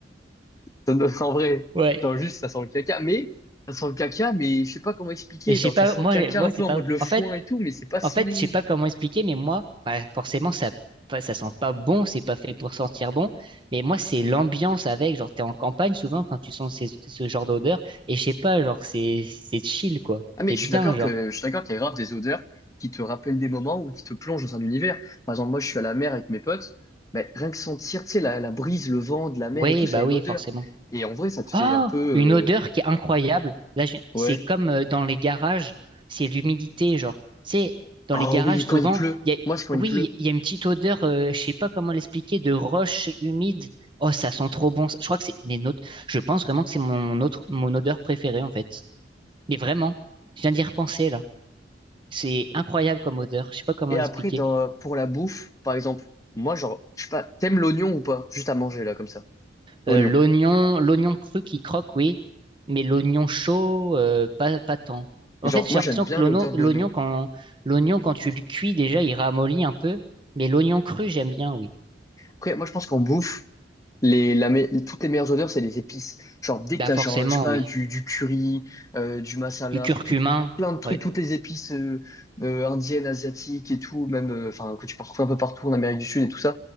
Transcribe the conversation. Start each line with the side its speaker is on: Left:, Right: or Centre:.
Left: Ça me donne en vrai.
Right: Ouais.
Left: Genre juste, ça sent le caca. Mais, ça sent le caca, mais je sais pas comment expliquer.
Right: Et je
Left: Genre,
Right: sais pas,
Left: ça sent
Right: moi,
Left: le caca
Right: moi,
Left: un peu
Right: c'est
Left: en
Right: pas,
Left: mode le foin
Right: en fait,
Left: et tout, mais c'est pas si.
Right: En fait, je sais pas comment expliquer, mais moi, bah, forcément, ça, pas- ça sent pas bon, c'est pas fait pour sentir bon. Mais moi, c'est l'ambiance avec, genre, t'es en campagne souvent quand tu sens ces- ce genre d'odeur, et je sais pas, genre, c'est, c'est chill, quoi.
Left: Ah, mais
Right: T'es
Left: je
Right: bien,
Left: suis d'accord
Right: genre.
Left: que, je suis d'accord qu'il y a grave des odeurs qui te rappellent des moments ou qui te plongent dans un univers. Par exemple, moi, je suis à la mer avec mes potes. mais rien que sentir, tu sais, la, la brise, le vent de la mer
Right: Oui,
Left: et tout, ça
Right: bah
Left: a une
Right: oui,
Left: odeur.
Right: forcément.
Left: Et en vrai, ça te fait
Right: Oh,
Left: un peu,
Right: une odeur
Left: euh,
Right: qui est incroyable. Là, je-
Left: ouais.
Right: c'est comme euh, dans les garages, c'est l'humidité, genre. C'est dans
Left: Oh
Right: les garages
Left: oui,
Right: souvent,
Left: quand il pleut.
Right: il y a,
Left: Moi, c'est quand
Right: oui,
Left: il pleut.
Right: il y a une petite odeur, euh, je sais pas comment l'expliquer, de roche humide. Oh, ça sent trop bon. Je crois que c'est mais notes. Je pense vraiment que c'est mon autre, mon odeur préférée en fait. Mais vraiment, je viens d'y repenser là. C'est
Left: Et,
Right: incroyable comme odeur. Je sais pas comment
Left: et
Right: l'expliquer.
Left: après, dans, pour la bouffe, par exemple, moi, genre, je sais pas, t'aimes l'oignon ou pas? Juste à manger, là, comme ça. L'oignon.
Right: Euh, l'oignon, l'oignon cru qui croque, oui, mais l'oignon chaud, euh, pas, pas tant. En
Left: Genre,
Right: fait, j'ai
Left: moi,
Right: l'impression
Left: j'aime bien
Right: que l'ono-
Left: l'odeur de
Right: l'oignon,
Left: l'oignon.
Right: quand, l'oignon, quand tu le cuis, déjà, il ramollit un peu, mais l'oignon cru, j'aime bien, oui.
Left: Après, moi, je pense qu'en bouffe, les, la me- toutes les meilleures odeurs, c'est les épices. Genre, dès
Right: Bah,
Left: que t'as,
Right: forcément,
Left: genre, je sais pas,
Right: oui.
Left: du, du curry, euh, du masala,
Right: Du curcuma,
Left: enfin, tout, plein de trucs,
Right: ouais.
Left: toutes les épices euh, euh, indiennes, asiatiques et tout, même, euh, enfin, que tu peux retrouver un peu partout en Amérique du Sud et tout ça,